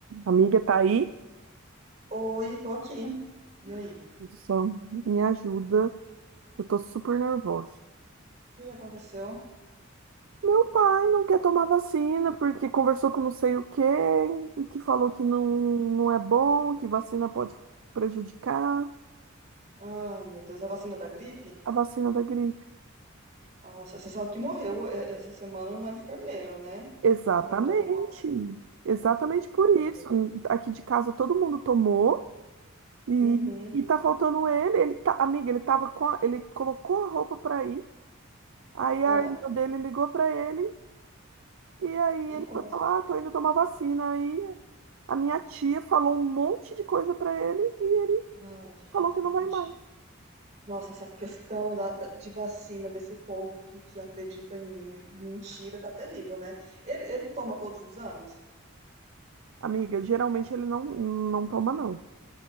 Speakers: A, on the right; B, on the right.
A: Amiga, tá aí?
B: Oi, tô aqui. E aí? O
A: Só me ajuda, que eu tô super nervosa.
B: que que aconteceu?
A: Meu pai não quer tomar vacina porque conversou com não sei o quê, que falou que não, não é bom, que vacina pode prejudicar
B: Ai, meu Deus, a vacina da gripe?
A: a vacina da gripe.
B: Nossa, você sabe que morreu é, essa semana uma enfermeira, né?
A: Exatamente.
B: Que não tomou a
A: Exatamente por
B: vacina.
A: isso. Aqui de casa todo mundo tomou e,
B: Uhum.
A: e tá faltando ele. Ele tá, amiga, ele tava com, a- ele colocou a roupa pra ir. Aí
B: É.
A: a irmã dele ligou pra ele E aí
B: E
A: ele
B: como
A: foi
B: assim?
A: falar, ah, tô indo tomar vacina. Aí a minha tia falou um monte de coisa pra ele e
B: Ai, gente.
A: falou que não vai mais.
B: Nossa, essa questão da, da- de vacina desse povo que, que acredita em mentira tá terrível, né? Ele, ele toma todos os anos?
A: Amiga, geralmente ele não, não toma, não.